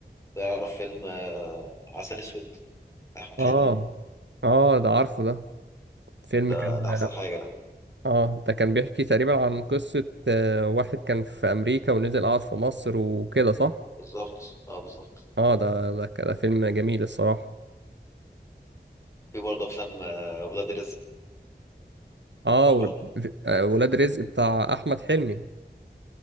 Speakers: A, on the left; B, on the right.
A: تعرف فيلم آه، عسل أسود أحمد
B: اه
A: حلمي
B: اه ده عارفه ده فيلم
A: ده,
B: كان
A: ده أحسن حاجة ده
B: اه ده كان بيحكي تقريبا عن قصة آه، واحد كان في أمريكا ونزل قعد في مصر وكده صح؟
A: بالظبط أه بالظبط
B: اه ده ده ك- ده فيلم جميل الصراحة
A: في برضه أفلام آه، ولاد رزق
B: اه
A: تعرفها؟
B: و- ف- آه، ولاد رزق بتاع أحمد حلمي